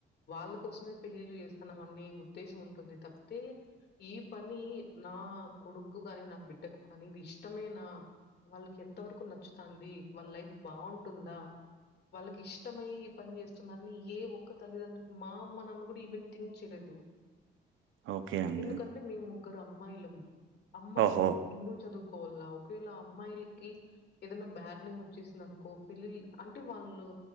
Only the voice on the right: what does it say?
ఓకే అండి
ఓహో